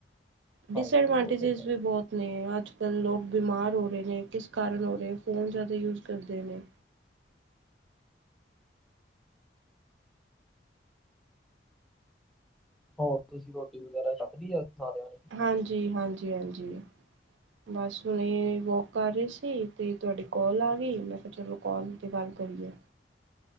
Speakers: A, on the right; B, in the centre.
A: ਡਿਸਅਡਵਾਂਟੇਜਿਸ
B: ਹਾਂਜੀ ਉਹ ਤੇ ਹੈ
A: ਵੀ ਬਹੁਤ ਨੇ ਅੱਜ ਕੱਲ੍ਹ ਲੋਕ ਬਿਮਾਰ ਹੋ ਰਹੇ ਨੇ, ਕਿਸ ਕਾਰਨ ਹੋ ਰੇ, ਫ਼ੋਨ ਜ਼ਿਆਦਾ ਯੂਜ਼ ਕਰਦੇ ਨੇ।
B: ਹੋਰ ਤੁਸੀਂ ਰੋਟੀ ਵਗੈਰਾ ਛੱਕਲੀ ਆ, ਸਾਰਿਆਂ ਨੇ?
A: ਹਾਂਜੀ ਹਾਂਜੀ ਹਾਂਜੀ। ਬਸ ਹੁਣੇ ਵੋਕ ਕਰ ਰੀ ਸੀ ਤੇ ਤੁਆਡੀ ਕੋਲ ਆ ਗਈ, ਮੈਂ ਕਿਹਾ ਚਲੋ ਕੋਲ ਤੇ ਗੱਲ ਕਰੀਏ।